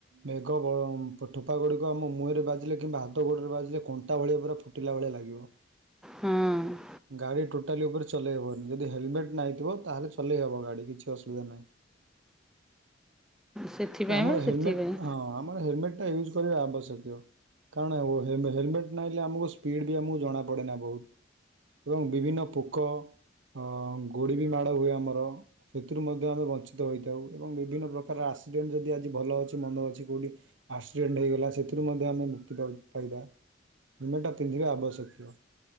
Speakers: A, on the right; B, in the centre.
A: ମେଘ ଠୋପା ଗୁଡ଼ିକ ଆମ ମୁହଁରେ ବାଜିଲେ କିମ୍ବା ହାତ ଗୋଡ଼ରେ ବାଜିଲେ କଣ୍ଟା ଭଳିଆ ପୁରା ଫୁଟିଲା ଭଳିଆ ଲାଗିବ।
B: ହଁ।
A: ଗାଡ଼ି ଟୋଟାଲି ଉପରେ ଚଲେଇ ହେବନି ଯଦି ହେଲମେଟ୍ ନାଇଥିବ ତାହେଲେ ଚଲେଇହବ ଗାଡ଼ି କିଛି ଅସୁବିଧା ନାହିଁ। <unintelligible>
B: ସେଥିପାଇଁ
A: ଆମର
B: ବା ସେଥିପାଇଁ
A: ହେଲମେଟ ହଁ ଆମର ହେଲମେଟ ଟା ୟୁଜ୍ କରିବା ଆବଶ୍ୟକ। କାରଣ ହେଲମେଟ୍ ନହିଁଲେ ଆମକୁ ସ୍ପିଡ଼୍ ବି ଆମକୁ ଜଣାପଡ଼େନା ବହୁତ। ଏବଂ ବିଭିନ୍ନ ପୋକ ଅ ଗୋଡି ବି ମାଡ଼ ହୁଏ ଆମର ସେଥିରୁ ମଧ୍ୟ ଆମେ ବଞ୍ଚିତ ହୋଇଥାଉ ଏବଂ ବିଭିନ୍ନ ପ୍ରକାର ଆସ୍ ଆକ୍ସିଡେଣ୍ଟ ଯଦି ଆଜି ଭଲ ଅଛି ମନ୍ଦ ଅଛି କେଉଁଠି ଆକ୍ସିଡେଣ୍ଟ ହେଇଗଲା ସେଥିରୁ ମଧ୍ୟ ଆମେ ମୁକ୍ତି ପାଇବା। ମେଟା ପିନ୍ଧିବା ଆବଶ୍ୟକୀୟ